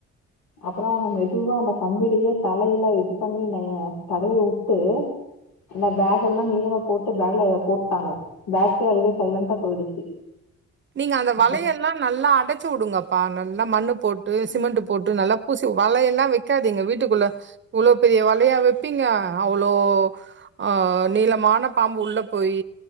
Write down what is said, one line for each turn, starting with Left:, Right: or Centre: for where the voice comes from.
Left: அப்றோ அவுங்க மெதுவா அந்த கம்பிளியே தலையில இது பண்ணினைய தலைய வுட்டு இந்த பேக் எல்லா நீளமா போட்டு பேக்ல எல்லா போட்டாங்க பேக்கே அதுவே சைலண்டா போயிடுச்சு
Right: நீங்க அந்த
Left: அப்ப
Right: வளையல் மேம் நல்லா அடைச்சு வுடுங்கப்பா நல்லா மண்ணு போட்டு சிமெண்ட் போட்டு நல்லா பூசி வலையெல்லாம் வச் வக்காதீங்க வீட்டுக்குள்ள இவ்ளோ பெரிய வலையா வைப்பீங்க அவ்ளோ ஆ நீளமான பாம்பு உள்ள போய்